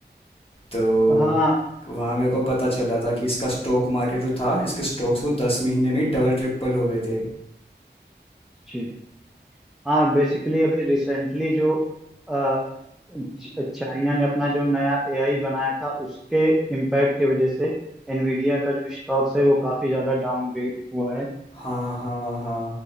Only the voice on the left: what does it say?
तो
वहाँ मेरे को पता चला था कि इसका स्टॉक मार्केट जो था इसके स्टॉक्स वो दस महीने में ही डबल ट्रिपल हो गए थे
हाँ हाँ हाँ